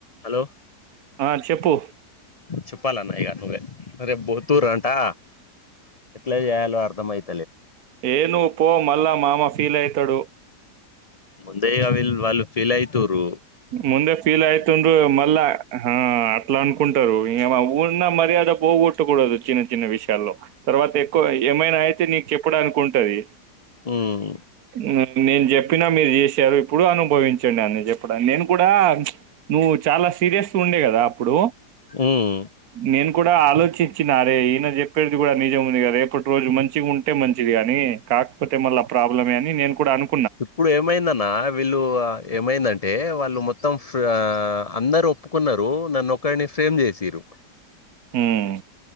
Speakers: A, on the left; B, on the right.
A: Hello
B: ఆ చెప్పు
A: చెప్పాలన్న ఈగ నువ్వే రేపు పోత్తూరు అంటా ఎట్లేజెయలో అర్ధమైత
B: ఏయ్ నువ్ పో మళ్ళ మామ ఫీల్ అయితాడు
A: ముందే గా విల్ వాళ్ళు ఫీల్ అయితురు
B: ముందు ఫీల్ ఆయితుండు మళ్ళా హ అట్లా అనుకుంటారు ఉన్న మర్యాద పోగొట్టకూడదు చిన్న చిన్న విషయాల్లో తర్వాత ఎక్కువ ఏమైనా అయితే నీకు చెప్పడానికి ఉంటది
A: ఉమ్
B: ఉమ్, నేను చెప్పినా మీరు చేశారు ఇప్పుడు అనుభవించండి అని చెప్ప అపుడ నేను కూడ ప్చ్ నువ్వు చాలా సీరియస్ ఉండే కదా ఇప్పుడు
A: ఉమ్
B: నేన్ కూడా ఆలోచించినారే ఈయన చేప్పేది గూడా నిజం ఉంది కదా రేపటి రోజు మంచిగా ఉంటే మంచిది గాని కాకపోతే మళ్ళ ప్రాబ్లమే అని నేను కూడా అను
A: ఇప్పుడు ఏమైందన్న వీళ్ళు ఏమైందంటే వాళ్ళు మొత్తం ఫ అందరు ఒప్పుకున్నారు నన్ను ఒకడిని ఫెమ్ జేసిండ్రు
B: ఊమ్